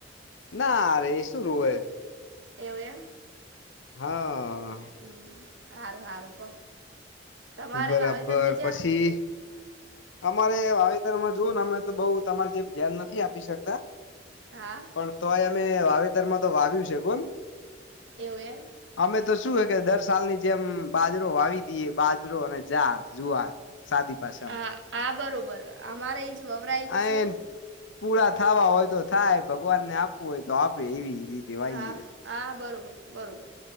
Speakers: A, on the left (about 75°); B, on the right (about 70°).
A: ના અરે એ શું રાવે.
B: એવું એમ?
A: હા.
B: હમ સારું સારું કઉ, તમારે
A: બરાબર
B: વાવેતર બીજા.
A: પછી અમારે વાવેતરમાં જો ને અમે તો બઉ તમારી જેમ ધ્યાન નથી આપી શકતા.
B: હા.
A: પણ તોય અમે વાવેતરમાં તો વાવ્યું છે કોણ?
B: એવું એમ?
A: અમે તો શું હે કે દર સાલની જેમ બાજરો વાવી દઈએ બાજરો અને જાર જુવાર સાદી પાછામાં.
B: હા હા બરોબર અમારા ઇંચ વવરાય
A: આ
B: છે.
A: પૂરા થવા હોય તો થાય ભગવાનને આપવું હોય તો આપે એવી રીતે વાઈએ
B: હા હા બરોબર બરોબર.